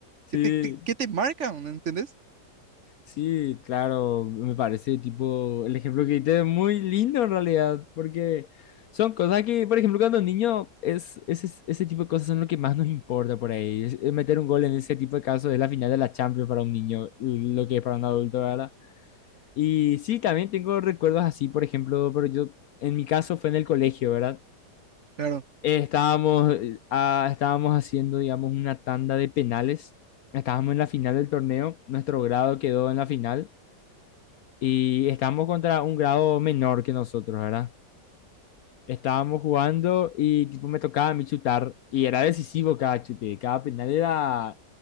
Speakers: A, on the left (about 70°); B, on the right (about 50°).
A: sí,
B: que te, te- que te marcan, ¿entendés?
A: sí, claro. Me parece tipo, el ejemplo que diste es muy lindo en realidad, porque son cosas que, por ejemplo, cuando niño, es, ese, ese tipo de cosas son lo que más nos importa por ahí. Es- es meter un gol en ese tipo de casos es la final de la Champions para un niño, lo que es para un adulto, ¿verdad? Y sí, también tengo recuerdos así, por ejemplo, pero yo, en mi caso fue en el colegio, ¿verdad?
B: Claro,
A: Eh, Estábamos, eh, ah, estábamos haciendo, digamos, una tanda de penales. Estábamos en la final del torneo. Nuestro grado quedó en la final. Y estábamos contra un grado menor que nosotros, ¿verdad? Estábamos jugando y tipo, me tocaba a mí chutar. Y era decisivo cada chute. Cada penal era,